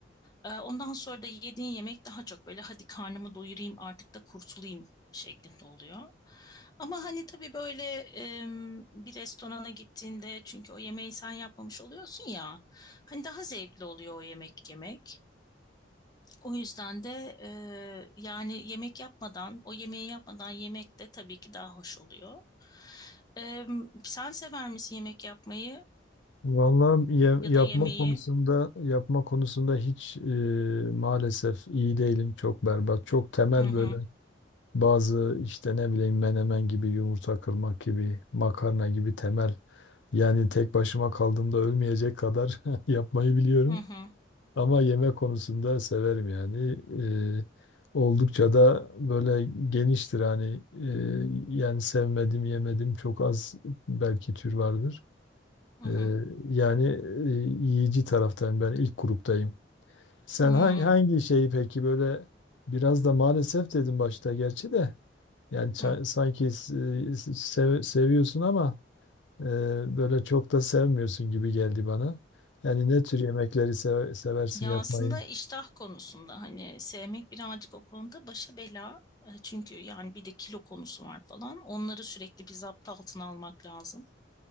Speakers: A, on the left (about 20°); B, on the left (about 80°).
A: Ee, Ondan sonra da yediğin yemek daha çok böyle hadi karnımı doyurayım artık da kurtulayım şeklinde oluyor. Ama hani tabii böyle em, bir restorana gittiğinde çünkü o yemeği sen yapmamış oluyorsun ya hani daha zevkli oluyor o yemek yemek. O yüzden de e, yani yemek yapmadan, o yemeği yapmadan yemek de tabii ki daha hoş oluyor. E, sen sever misin yemek yapmayı
B: Vallahi ya-
A: ya
B: yapma
A: da yemeği?
B: konusunda yapma konusunda hiç e, maalesef iyi değilim. Çok berbat. Çok temel
A: Hı hı,
B: böyle bazı işte ne bileyim menemen gibi, yumurta kırmak gibi, makarna gibi temel. Yani tek başıma kaldığımda ölmeyecek kadar <laughs> yapmayı biliyorum.
A: hı hı,
B: Ama yemek konusunda severim yani. Eee, oldukça da böyle geniştir hani eee, yani sevmedim yemedim çok az belki tür vardır.
A: hı
B: Eee,
A: hı,
B: yani eee, yiyici taraftayım ben ilk gruptayım. Sen
A: hı hı,
B: hangi, hangi şeyi peki böyle biraz da maalesef dedim başta gerçi de yani ça-
A: hı
B: sanki s- s- sev- seviyorsun ama eee, böyle çok da sevmiyorsun gibi geldi bana. Yani ne tür yemekleri seve- seversin
A: Ya
B: yapmayı?
A: aslında iştah konusunda hani sevmek birazcık o konuda başa bela. E, Çünkü yani bir de kilo konusu var falan. Onları sürekli bir zapt altına almak lazım.